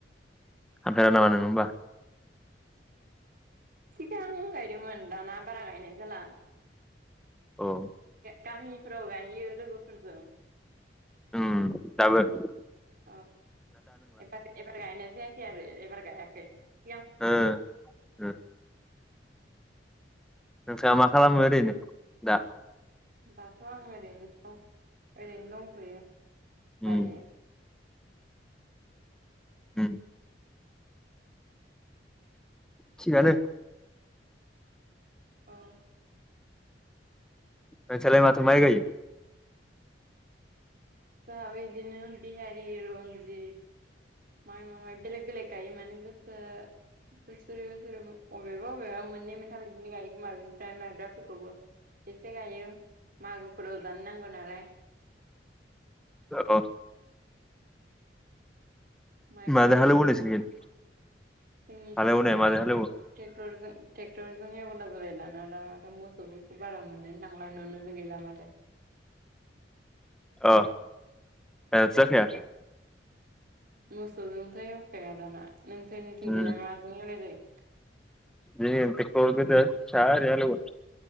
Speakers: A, in the centre; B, on the right (about 55°).
A: थांफेरा नामा नों होमबा?
B: सिगांं गायदोंमोन दाना बारा गायनाय जाला ।
A: ओ ।
B: गामिफ्राव गाहयो लोगोफोरजों ।
A: उम दाबो ।
B: औ एबार एबार गायनाय जायाखै आरो एबार गायाखै ।
A: ओ ओ । नोंथाङा मा खालामो ओरैनो दा?
B: दाथ' आं ओरैनो द ओरैनो दंथ'यो
A: उम
B: दायो ।
A: उम । थिगानो।
B: औ।
A: नोंसलाय माथो माय गायो।
B: जोंहाबो इदिनो बिहारि रन्जिद माइ माय बेलेग बेलेग गायो माने बसो बोसोरो बोसोर बबेबा बबेबा मोननै मोनथाम बिदिनो गायोखोमा बेनिफ्राय माइब्राफोरखौबो एसे गायो मागोफोराव जानो नांगौ नालाय
A: औ।
B: माइब्रा
A: माजों
B: जोसा
A: हालेवो नोंसोरनिखै
B: जोंनिथिंजाय
A: हालेवनाया माजों हालेवो
B: ट्रेक्टरजों ट्रेक्टरजों हेवला जाबाय दाना दाथ' मोसौफोरखौ बारा मोनो थांला नुोनो गैला माथो।
A: अ ओ जाखाया
B: मोसौजोंथ' एवखाया दाना नोंसोरनिथिंजिलाय
A: उम
B: माजों एवनाय जायो।
A: जोंनिखै टेगटर गिदिर फिसा ओरैनो हालेवो